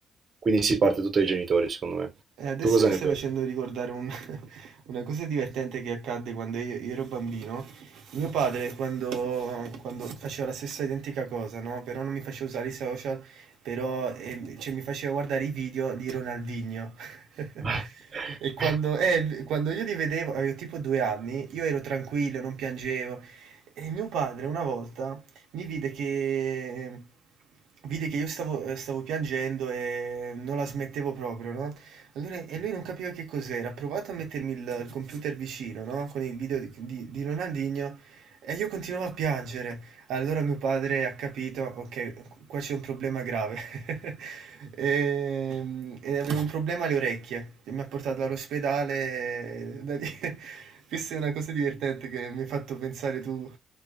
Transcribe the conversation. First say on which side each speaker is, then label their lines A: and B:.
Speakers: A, on the right; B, on the right.
A: quindi si parte tutto dai genitori, secondo me.
B: Eh, adesso
A: Tu cosa
B: mi
A: ne
B: stai
A: pensi?
B: facendo ricordare un- <laughs> una cosa divertente che accadde quando io, io ero bambino. Mio padre, quando, quando faceva la stessa identica cosa, no? Però non mi faceva usare i social, però ehm, cioè, mi faceva guardare i video di Ronaldinho. <laughs>
A: <laughs>
B: E quando, eh, quando io li vedevo, avevo tipo due anni, io ero tranquillo, non piangevo. E mio padre una volta mi vide che, vide che io stavo, eh, stavo piangendo e non la smettevo proprio, no? Allora e lui non capiva che cos'era, ha provato a mettermi il il computer vicino, no, con il video di di di Ronaldinho e io continuavo a piangere. Allora mio padre ha capito: "Okay, q qua c'è un problema grave". <laughs> Ehm, e avevo un problema alle orecchie e mi ha portato all'ospedale eh, da lì <laughs> questa è una cosa divertente che mi hai fatto pensare tu.